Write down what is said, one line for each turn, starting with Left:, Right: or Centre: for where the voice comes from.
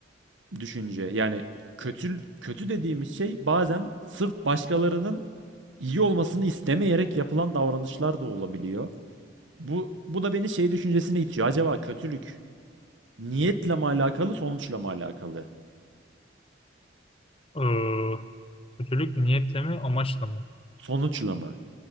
Right: düşünce. Yani kötü kötü dediğimiz şey bazen sırf başkalarının iyi olmasını istemeyerek yapılan davranışlar da olabiliyor. Bu bu da beni şey düşüncesine itiyor. Acaba kötülük Niyetle mi alakalı, sonuçla mı alakalı?
Left: Ee, kötülük niyetle mi amaçla mı?
Right: Sonuçla mı?